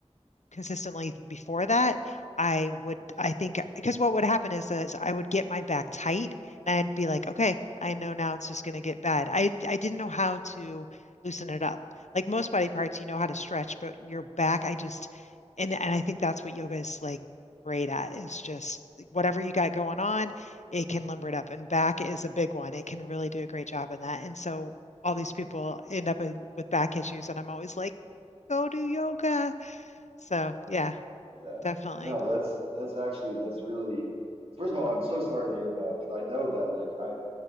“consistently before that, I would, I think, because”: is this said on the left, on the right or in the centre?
Left